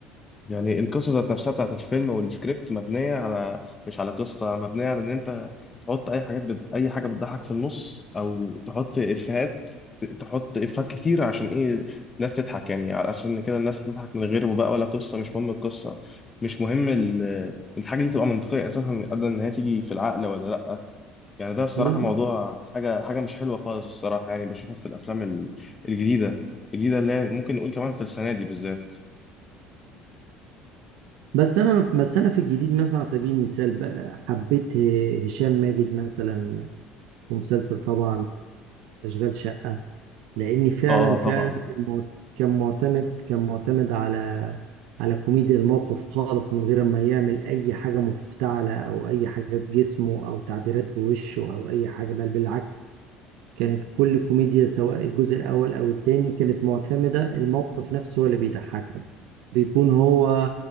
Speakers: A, on the left; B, on the right.
A: يعني القصة ذات نفسها بتاعت الفيلم والسكريبت مبنية على مش على قصة مبنية على إن أنت تحط أي حاجات بت... أي حاجة بتضحك في النص أو تحط إفيهات ت- تحط إفيهات كتير عشان إيه الناس تضحك يعني على أساس إن كده الناس هتضحك من غيره بقى ولا قصة مش مهم القصة مش مهم ال... الحاجة دي تبقى منطقية أساسا قبل إن هي تيجي في العقل ولا لأ يعني ده الصراحة
B: بالظبط
A: موضوع حاجة حاجة مش حلوة خالص الصراحة يعني بشوفها في الأفلام ال- الجديدة الجديدة اللي هي ممكن نقول كمان في السنة دي بالذات
B: بس انا بس انا في الجديد مثلا على سبيل المثال بقى حبيت ه- هشام ماجد مثلا في مسلسل طبعا اشغال شقة لاني فعلا
A: اه
B: فعلا
A: طبعا
B: كان مع- كان معتمد كان معتمد على على كوميديا الموقف خالص من غير ما يعمل اي حاجة مفتعلة او اي حاجة بجسمه او تعبيرات بوشه او اي حاجة بل بالعكس كانت كل كوميديا سواء الجزء الأول أو التاني كانت معتمدة الموقف نفسه هو اللي بيضحكك بيكون هو